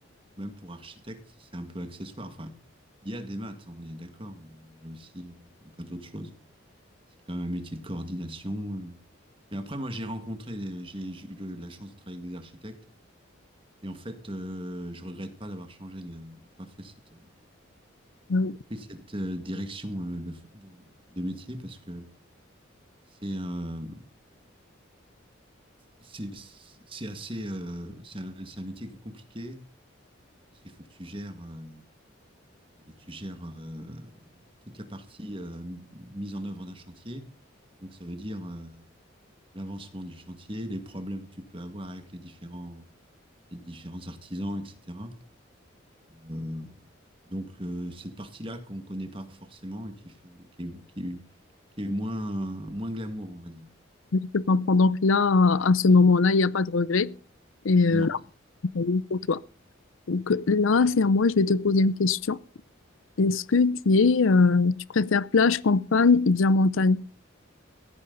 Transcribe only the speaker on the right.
même pour architecte, c'est un peu accessoire. Enfin, il y a des maths, on est d'accord, mais il y a aussi euh, enfin, plein d'autres choses. C'est quand même un métier de coordination. euh. Mais après, moi, j'ai rencontré, des- j'ai j'ai eu le- la chance de travailler avec des architectes. Et en fait, euh, je regrette pas d'avoir changé de, pas fait cette, euh,
pris cette euh, direction euh, de, de- de métier parce que c'est euh, c'est c'est assez, euh, c'est un, c'est un métier qui est compliqué euh, parce qu'il faut que tu gères. euh, tu gères euh, toute la partie euh, mise en œuvre d'un chantier. Donc, ça veut dire euh, l'avancement du chantier, les problèmes que tu peux avoir avec les différents, les différents artisans, etc. Euh, donc, euh, cette partie-là qu'on ne connaît pas forcément et qui fait, qui est, qui est- qui est moins, moins glamour, on va dire.
Non.